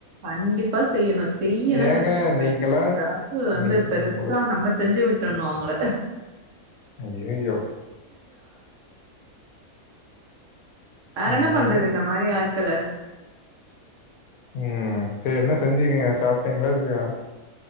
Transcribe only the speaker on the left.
ஏங்க
நீங்கலாம்
நீ
உங்களுக்கு
ஐய்யயோ
என்னமோ!
ம் செரி என்ன செஞ்சிங்க சாப்ட்டிங்ளா இல்லையா